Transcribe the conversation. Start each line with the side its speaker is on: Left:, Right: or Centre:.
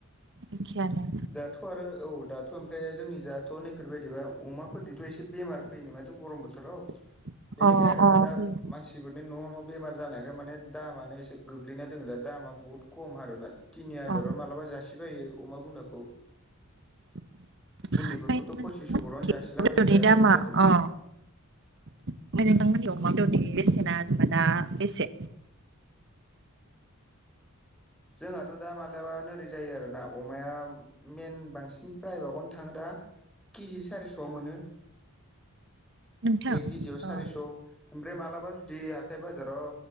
Right: एखियाानो।
Centre: दाथ' आरो औ दा थ' ओमफ्राय जोंनि दाथ' नैफोरबायदिबा अमाफोरनिथ' एसे बेमार फैयो नो माथ' गरम बोथोराव?
Right: <inaudible>
Centre: बेनिखाय आरो
Right: अ
Centre: ना दा
Right: फैयो
Centre: मानसिफोरनि न' न' बेमार जानायखाय माने दामानो एसे गोग गोग्लैना दङ दा दामा बहु खम आरोना तिनि हाजारावनो
Right: अ
Centre: मालाबा जासि बायो अमा बुनदा खौ
Right: <inaudible>
Centre: बुन्ददिफोरखौथ'
Right: ओमफ्राय
Centre: पसिस ह बररावनो
Right: अमा
Centre: जासिलाबायो
Right: बेदरनि
Centre: दा
Right: दामा
Centre: ओरै जादों।
Right: अ ओमफ्राय नोंथांमोननि अमा
Centre: औ
Right: बेदरनि बेसेना जेनेबा दा बेसे?
Centre: जोंहाथ' दा मालाबा ओरै जायो आरोना अमाया मेन बांसिन प्राइभागआवनो थाङो दा केजि सारिस'आव मोनो
Right: नोंथां
Centre: एक केजियाव सारिस'।
Right: अ
Centre: ओमफ्राय मालाबा जुदि हाथाय बाजाराव